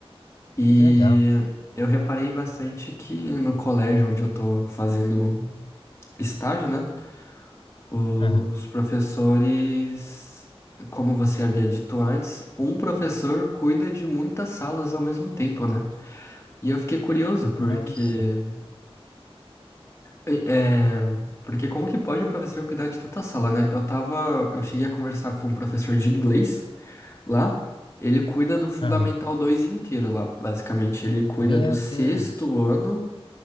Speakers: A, on the left (about 25°); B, on the left (about 55°).
A: E
B: Que legal.
A: eu reparei bastante que no colégio onde eu tô fazendo estágio, né? Os
B: Aham.
A: professores, como você havia dito antes, um professor cuida de muitas salas ao mesmo tempo, né? E eu fiquei curioso porque
B: Nossa.
A: é, porque como que pode um professor cuidar de tanta sala, né? Eu tava, eu cheguei a conversar com um professor de inglês lá, ele cuida do Fundamental
B: Aham.
A: 2 inteiro lá, basicamente, ele cuida
B: Meu
A: do sexto
B: Deus.
A: ano